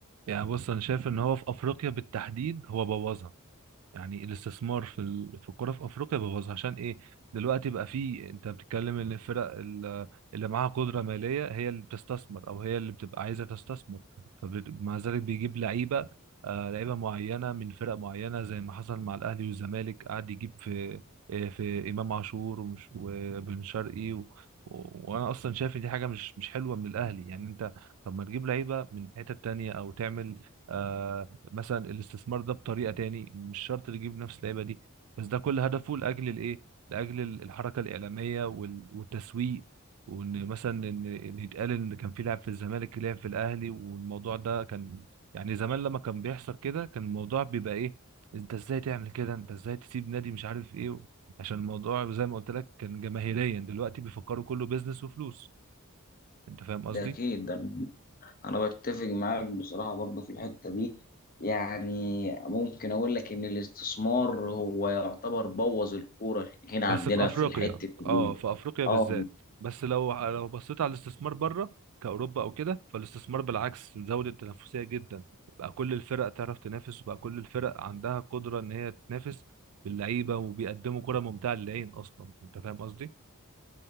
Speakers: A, on the right (about 75°); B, on the left (about 40°).
A: يعني بص انا شايف ان هو في افريقيا بالتحديد هو بوظها يعني الاستثمار في ال... في الكرة في افريقيا بوظ عشان ايه دلوقتي بقى في انت بتتكلم ان الفرق ال- اللي معاها قدرة مالية هي اللي بتستثمر او هي اللي بتبقى عايزة تستثمر فمع ذلك بيجيب لعيبة آه لعيبة معينة من فرق معينة زي ما حصل مع الاهلي والزمالك قعد يجيب في آه، في امام عاشور ومش وبن شرقي و... و- وانا اصلا شايف ان دي حاجه مش مش حلوه من الاهلي يعني انت طب ما تجيب لعيبه من حته تانية او تعمل آه، مثلا الاستثمار ده بطريقه تاني مش شرط اللي يجيب نفس اللعيبه دي بس ده كل هدفه لاجل الايه لاجل الحركه الاعلاميه وال- والتسويق وان مثلا ان إن يتقال ان كان في لاعب في الزمالك لعب في الاهلي والموضوع ده كان يعني زمان لما كان بيحصل كده كان الموضوع بيبقى ايه انت ازاي تعمل كده انت ازاي تسيب نادي مش عارف ايه عشان الموضوع زي ما قلت لك كان جماهيريا دلوقتي بيفكروا كله بيزنس وفلوس انت فاهم قصدي
B: ده اكيد ده انا بتفق معاك بصراحه برضه في الحته دي يعني ممكن اقول لك ان الاستثمار هو يعتبر بوظ الكوره هنا عندنا
A: بس في افريقيا
B: في الحته دي
A: اه في افريقيا بالذات
B: اه
A: بس لو لو بصيت على الاستثمار بره كاوروبا او كده فالاستثمار بالعكس زود التنافسيه جدا بقى كل الفرق تعرف تنافس وبقى كل الفرق عندها قدره ان هي تنافس باللعيبه وبيقدموا كره ممتعه للعين اصلا انت فاهم قصدي